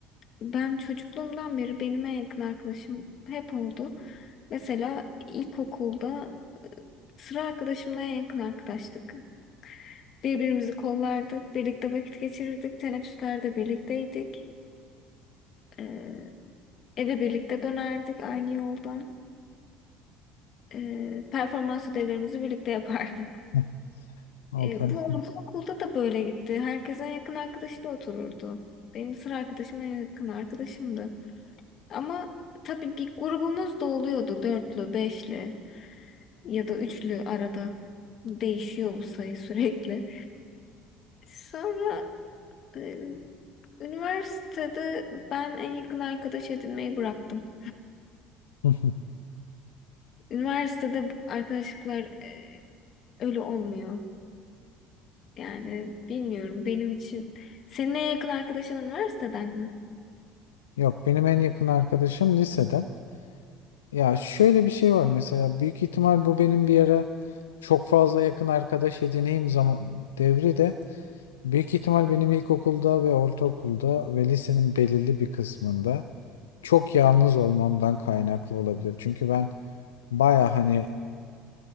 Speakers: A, on the left; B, on the left.
A: ben çocukluğumdan beri benim en yakın arkadaşım hep oldu. Mesela ilkokulda sıra arkadaşımla en yakın arkadaştık. Birbirimizi kollardık, birlikte vakit geçirirdik, teneffüslerde birlikteydik. E, eve birlikte dönerdik aynı yoldan. e, performans ödevlerimizi birlikte yapardık.
B: <laughs> Hanımefendi.
A: E, bu ortaokulda da böyle gitti. Herkes en yakın arkadaşı da otururdu. Benim sıra arkadaşım en yakın arkadaşımdı. Ama tabii bir grubumuz da oluyordu. Dörtlü, beşli ya da üçlü arada. Değişiyor bu sayı sürekli. Sonra e, Üniversitede ben en yakın arkadaş edinmeyi bıraktım.
B: <laughs>
A: Üniversitede arkadaşlıklar e, öyle olmuyor. Yani bilmiyorum benim için. Senin en yakın arkadaşın üniversiteden mi?
B: Yok benim en yakın arkadaşım liseden. Ya şöyle bir şey var mesela büyük ihtimal bu benim bir ara çok fazla yakın arkadaş edineyim zaman devri de büyük ihtimal benim ilkokulda ve ortaokulda ve lisenin belirli bir kısmında çok yalnız olmamdan kaynaklı olabilir. Çünkü ben baya hani